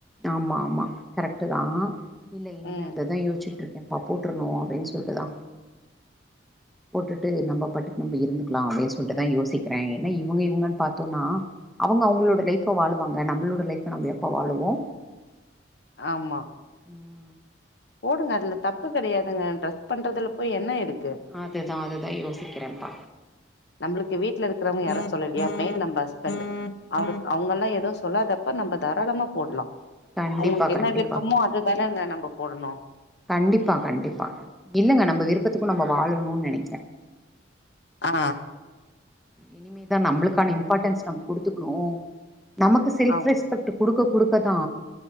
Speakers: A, in the centre; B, on the left.
A: ஆமா ஆமா கரெக்டு தா இல்ல இனிமே
B: ம்
A: அத தா யோசிச்ட்ருக்கே அப்ப போட்ரணு அப்டின்னு சொல்ட்டு தா
B: <inaudible>
A: போட்டுட்டு நம்ம பாட்டுக்கு நம்ம இருந்துக்லா அப்டின்னு சொல்ட்டுதா யோசிக்கிற ஏன்னா இவுங்க இவுங்கன் பார்த்தோனா அவுங்க அவுங்களோட லைஃப் வாழுவாங்க நம்மளோட லைஃப்ப நம்ம எப்ப வாழுவோ
B: ஆமா
A: <inaudible>
B: போடுங்க அதுல தப்பு கடையாதுங்க ட்ரெஸ்ட் பண்றதுல போய் என்ன இருக்கு
A: அது தா அது தா யோசிக்கிறன்பா
B: நம்மளுக்கு வீட்ல இருக்கிறவங்க யாரு சொல்லல என் மெயின் நம்ம ஹஸ்பண்ட் அவரு அவுங்கள்ளா எதுவு சொல்லாதப்ப நம்ம தாராளமா போட்லா
A: கண்டிப்பா
B: அவுங்களுக்கு
A: கண்டிப்பா
B: என்ன விருப்பமோ அதுதானங்க நம்ம போடணு
A: கண்டிப்பா கண்டிப்பா இல்லங்க நம்ம விருப்பத்துக்கு நம்ம வாழணுனு நெனைக்ற
B: ஆ
A: இனிமேதா நம்மளுக்கான இம்பார்ட்டன்ஸ் நம் குடுத்துக்கணு நமக்கு செல்ப்
B: ஆம்
A: ரெஸ்பெக்ட் டு குடுக்க குடுக்க தா